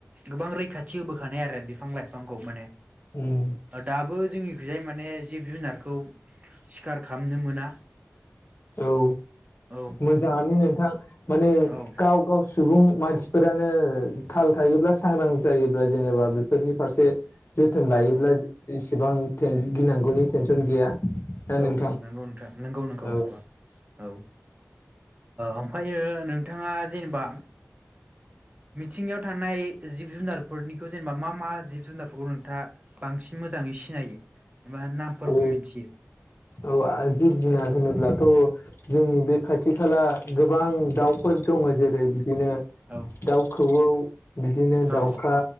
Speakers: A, on the right; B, on the left.
A: गोबां रैखाथि होबोखानाय आरो बिफां लाइफांखौ माने
B: उम
A: दाबो जोंनि बेहाय माने जिब जुनारखौ सिखार खालामनो मोना
B: औ
A: औ
B: मोजाङानो नोंथां माने
A: औ
B: गाव गाव सुबुं मानसिफोरानो थाल थायोब्ला सांग्रां जायोब्ला जेनेबा बेफोरनि फारसे जोथोन
A: औ
B: लायोब्ला
A: औ
B: इसिबां गिनांगौनि टेनसन गैया ना
A: औ
B: नोंथां
A: औ नंगौ नोंथां नंगौ नंगौ
B: औ
A: औ ओमफ्रायो नोंथाङा जेनेबा मिथिंगायाव थानाय जिब जुनारफोरनिखौ जेनेबा मा मा जिब जुनारफोरखौ नोंथाङा बांसिन मोन मोजाङै सिनायो एबा नामफोरखौ
B: औ
A: मिथियो
B: औ आं जिब जुनार होनोब्लाथ' जोंनि बे खाथि खाला गोबां दाउफोर दङ जेरै बिदिनो
A: औ
B: दाउ खौवौ बिदिनो
A: औ
B: दाउखा